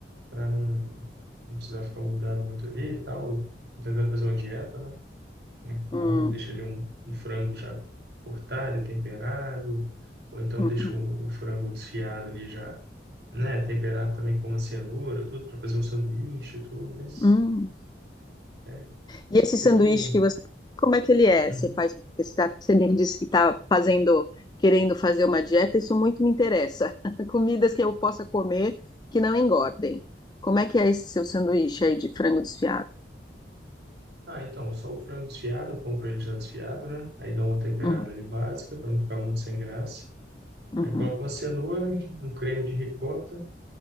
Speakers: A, on the right (about 65°); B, on the left (about 25°).
A: para não, não precisar ficar mudando muito ali e tal. Tentando fazer uma dieta, né? Então,
B: Hum,
A: deixa ali um, um frango já cortado e temperado, ou então
B: uhum,
A: deixa o, o frango desfiado ali já, né? Temperado também com uma cenoura, tudo, para fazer um sanduíche e tudo, mas
B: hum.
A: é,
B: E esse
A: tento.
B: sanduíche que você, como é que ele é?
A: Uhum.
B: Você faz, porque você, tá- você me disse que está fazendo, querendo fazer uma dieta, isso muito me interessa. <laughs> Comidas que eu possa comer que não engordem. Como é que é esse seu sanduíche aí de frango desfiado?
A: Ah, então, só o frango desfiado, eu compro ele já desfiado, né? Aí dá uma temperada
B: Uhum,
A: ali básica, para não ficar muito sem graça.
B: uhum.
A: Aí coloco uma cenoura, um creme de ricota,